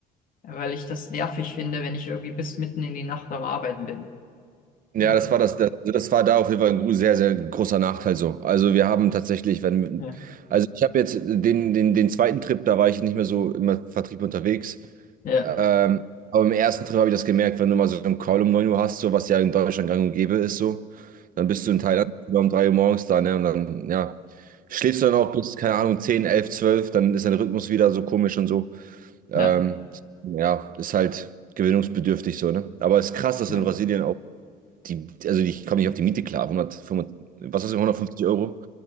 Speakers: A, on the left; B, on the right.
A: weil ich das nervig finde, wenn ich irgendwie bis mitten in die Nacht am Arbeiten bin.
B: Ja,
A: Ja,
B: das war das, das, also das war da auf jeden Fall ein gro- sehr, sehr großer Nachteil so. Also wir haben tatsächlich, wenn,
A: ja,
B: also ich habe jetzt den, den, den zweiten Trip, da war ich nicht mehr so im Vertrieb unterwegs.
A: ja,
B: Ähm, aber im ersten Trip habe ich das gemerkt, wenn du mal so einen Call um 9 Uhr hast, so was ja in Deutschland gang und gäbe ist, so, dann bist du in Thailand um 3 Uhr morgens da, ne? Und dann, ja, schläfst du dann auch bis, keine Ahnung, zehn elf zwölf dann ist dein Rhythmus wieder so komisch und so. Ähm,
A: ja.
B: ja, ist halt gewöhnungsbedürftig so, ne? Aber es ist krass, dass
A: ja.
B: in Brasilien die, also ich komme nicht auf die Miete klar. 155, was ist 150 Euro?